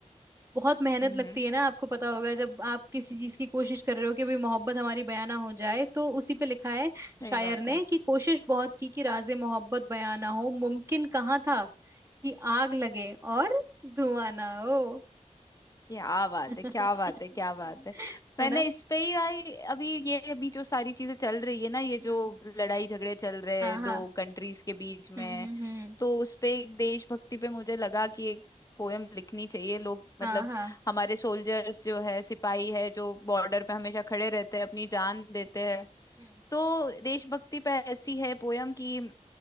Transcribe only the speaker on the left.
हम्म
हम्म,
सही
बात
है
क्या बात
है क्या बात है क्या बात है
मैंने
इस पे ही आई अभी ये अभी जो सारी चीजें चल रही है ना ये जो
लड़ाई झगड़े चल रहे
हैं
दो कंट्रीज के बीच में
तो उस पे एक देशभक्ति पे मुझे लगा कि एक पोयम लिखनी चाहिए लोग
मतलब
हमारे सोल्जर्स जो है सिपाही है जो बॉर्डर पे हमेशा खड़े रहते हैं अपनी जान देते हैं
तो देशभक्ति पे ऐसी है पोयम कि